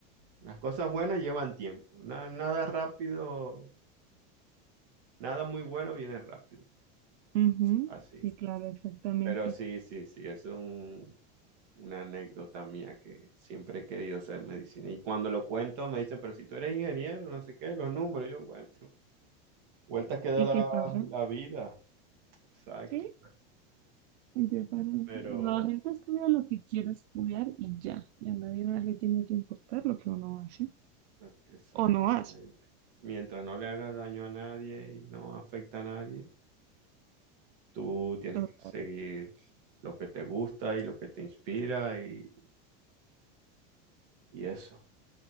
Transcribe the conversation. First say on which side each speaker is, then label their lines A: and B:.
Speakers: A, on the right; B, on the right.
A: las cosas buenas llevan tiempo. Na- nada rápido, nada muy bueno viene rápido.
B: ujú,
A: Así.
B: sí, claro, exactamente.
A: Pero sí, sí, sí, eso es un- una anécdota mía que siempre he querido ser medicina. Y cuando lo cuento me dicen, pero si tú eres ingeniero, no sé qué, los números. Yo, bueno, vueltas que da
B: ¿Y
A: la,
B: qué pasa?
A: la vida. Exacto.
B: Sí, Y de paro,
A: Pero,
B: La gente estudia lo que quiere estudiar y ya. Y a nadie más le tiene que importar lo que uno hace
A: no, exactamente.
B: o no hace.
A: Mientras no le hagas daño a nadie y no afecta a nadie, tú tienes
B: O sea,
A: que seguir lo que te gusta y lo que te inspira y, y eso.